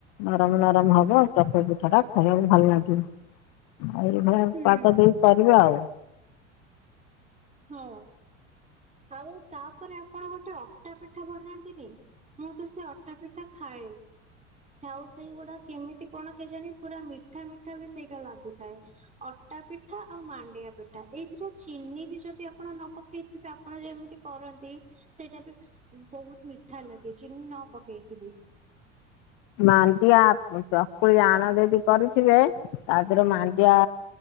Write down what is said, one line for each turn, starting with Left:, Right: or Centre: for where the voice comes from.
Left: ନରମ ନରମ ହବ ଚକୁଳି ପିଠା ଟା ଖାଇବାକୁ ଭଲ ଲାଗିବ। ଆଉ ଏଇଭଳିଆ
Right: ହୁଁ
Left: ପାଗ ଦେଇ କରିବେ ଆଉ।
Right: ହଁ ଆଉ ତାପରେ ଆପଣ ଗୋଟେ ଅଟା ପିଠା ବନାନ୍ତିନି? ମୁଁ ତ ସେ ଅଟା ପିଠା ଖାଏ, ଆଉ ସେଇଗୁଡା କେମିତି କଣ କେଜାଣି ପୁରା ମିଠା ମିଠା ବି ସେଇଟା ଲାଗୁଥାଏ। ଅଟା ପିଠା ଆଉ ମାଣ୍ଡିଆ ପିଠା ଏଇଥିରେ ଚିନି ବି ଯ ଯଦି ଆପଣ ନ ପକେଇଥିବେ ଆପଣ ଯେମିତି କରନ୍ତି ସେଇଟା ବି ସି ବହୁତ୍ ମିଠା ଲାଗେ ଚିନି ନ ପକେଇକି ବି।
Left: ମାଣ୍ଡିଆ ଆପ ଚକୁଳି ଆଣ ଯଦି କରିଥିବେ ତାଦେରୁ ମାଣ୍ଡିଆ